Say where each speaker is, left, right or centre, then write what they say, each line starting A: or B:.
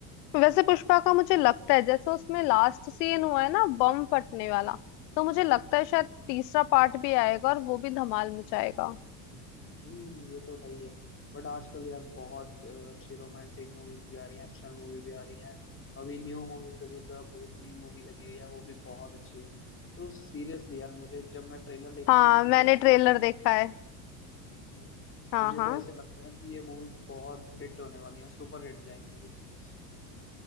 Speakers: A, on the left; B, on the left.
A: वैसे पुष्पा
B: हाँ
A: का मुझे लगता है जैसे उसमें लास्ट सीन हुआ है ना बम फटने वाला तो मुझे लगता है
B: जी
A: शायद तीसरा पार्ट भी आएगा और वो भी धमाल मचाएगा
B: हम्म ये तो है ही है बट आजकल यार बहुत अ, अच्छी रोमांटिक मूवीज भी आ रही हैं एक्शन मूवी भी आ रही हैं अभी न्यू मूवीज लगी है द भूतनी मूवी लगी हुई है वो भी बहुत अच्छी है तो सीरियसली यार मुझे जब मैं ट्रेलर देखता
A: हाँ
B: हूँ तो मुझे
A: मैंने
B: ऐसे
A: ट्रेलर
B: लगता है
A: देखा है
B: हाँ
A: हाँ
B: मुझे
A: हाँ
B: तो ऐसे लगता है कि ये मूवीज बहुत हिट होने वाली हैं सुपर हिट जाएंगी ये मूवीज